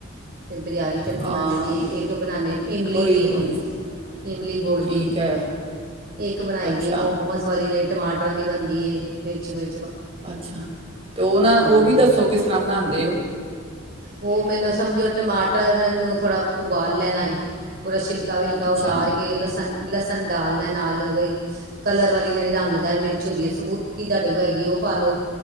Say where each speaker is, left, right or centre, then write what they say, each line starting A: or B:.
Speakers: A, on the right; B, on the right.
A: ਤੇ ਬਾਜ਼ਾਰੀ ਚਟਨੀ
B: ਹਾਂ
A: ਬਣ ਜਾਂਣੀ ਇੱਕ ਇਮਲੀ
B: ਉਹੀ
A: ਦੀ,
B: ਉਹੀ
A: ਇਮਲੀ ਗੁੜ
B: ਠੀਕ
A: ਦੀ,
B: ਹੈ
A: ਇੱਕ ਬਣਾਈ
B: ਅੱਛਾ
A: ਦੀ ਹੈ, ਮੋਮਸ ਵਾਲੀ ਜੜੀ ਟਮਾਟਰਾਂ ਦੀ ਬਣਦੀ ਏ ਮਿਰਚ ਵੀ
B: ਅੱਛਾ, ਤੇ ਉਹ ਨਾ ਉਹ
A: ਹਾਂਜੀ
B: ਵੀ ਦੱਸੋ, ਕਿਸ ਤਰ੍ਹਾਂ ਬਣਾਉਂਦੇ ਓ?
A: ਉਹ ਪਹਿਲੋਂ ਸਮਝੋ, ਟਮਾਟਰ ਨੂੰ ਥੋੜਾ ਉਬਾਲ ਲੈਣ ਆਏ ਪੂਰਾ ਸ਼ਿਲਕਾ <inaudible> ਕਾਵਲ ਕਾ
B: ਅੱਛਾ
A: ਤਾਂ ਆਰਕੇ ਲਸਨ ਲਸਣ ਡਾਲਣਾ, ਨਾਲ ਬਈ ਕਲਰ ਵਾਲੀ ਜਿਹੜੀ ਰੰਗਦਾਰ ਮਿਰਚ ਹੁੰਦੀ ਹੈ, ਸਬੂਤੀ ਤੁਹਾਡੇ ਕੋਲ ਹੈਗੀ ਉਹ ਪਾ ਲਉ।